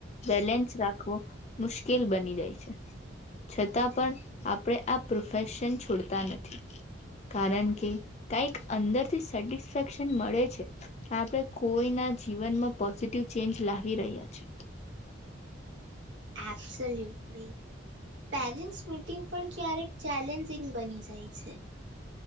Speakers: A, on the left (about 35°); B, on the right (about 65°).
A: બેલેન્સ રાખવો મુશ્કેલ બની જાય છે. છતાં પણ આપણે આ પ્રોફેશન છોડતા નથી કારણ કે કઈક અંદરથી સેટિસ સેટિસફેક્શન મળે છે. આપણે કોઈના જીવનમાં પોઝિટિવ ચેન્જ લાવી રહ્યા છે.
B: આપસોલ્યુટલી પેરેન્ટ્સ મીટિંગ પણ ક્યારેક ચેલેન્જિંગ બની જાય છે